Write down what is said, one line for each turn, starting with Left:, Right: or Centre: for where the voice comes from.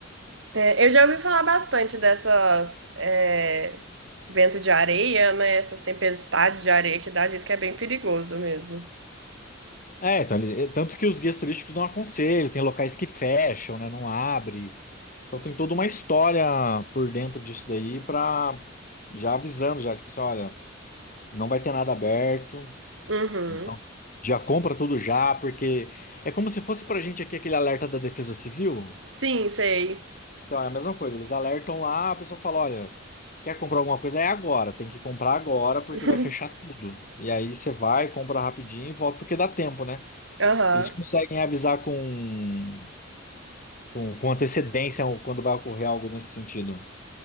Right: é, eu já ouvi falar bastante dessas é, vento de areia, né? Essas tempestades de areia que dá, diz que é bem perigoso mesmo.
Left: É, então, eles- é, tanto que os guias turísticos não aconselham, tem locais que fecham, né? Não abre. Então tem toda uma história por dentro disso daí pra já avisando, já, tipo assim, olha, não vai ter nada aberto.
Right: Uhum.
Left: Então, já compra tudo já, porque é como se fosse pra gente aqui aquele alerta da Defesa Civil.
Right: Sim, sei.
Left: Então, é a mesma coisa, eles alertam lá, a pessoa fala, olha, quer comprar alguma coisa? É agora, tem que comprar agora porque
Right: <laughs>
Left: vai fechar tudo. E aí você vai, compra rapidinho e volta, porque dá tempo, né?
Right: Aham.
Left: Eles conseguem avisar com, com, com antecedência quando vai ocorrer algo nesse sentido.